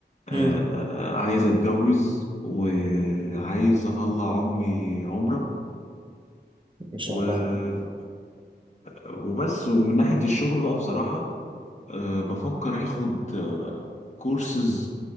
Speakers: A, on the left; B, on the right.
A: آه
B: مم.
A: عايز اتجوز وعايز اطلع امي عمره
B: ما شاء
A: و...
B: الله
A: وبس ومن ناحية الشغل بقى بصراحة آه بفكر اخد آه كورسز